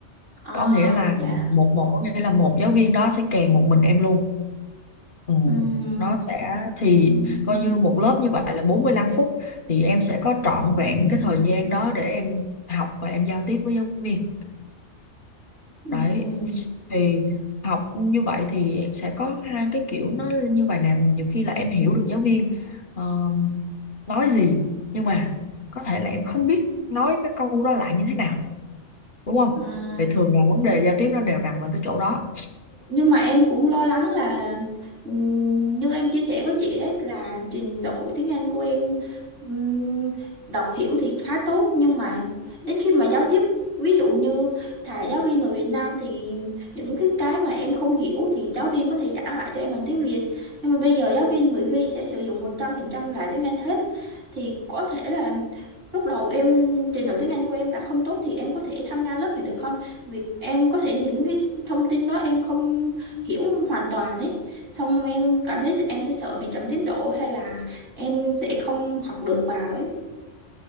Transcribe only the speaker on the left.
Có nghĩa là
một một có nghĩa là một giáo viên đó sẽ kèm một mình em luôn Ừ,
nó sẽ thì coi như một lớp như vậy là bốn mươi lăm phút thì em sẽ có trọn vẹn cái thời gian đó để em học và em giao tiếp với giáo viên
đấy thì học như vậy thì sẽ có hai cái kiểu nó như vậy nè nhiều khi là em hiểu được giáo viên ờ, nói gì nhưng mà có thể là em không biết nói cái câu đó lại như thế nào đúng không
thì thường là vấn đề giao tiếp nó đều nằm ở cái chỗ đó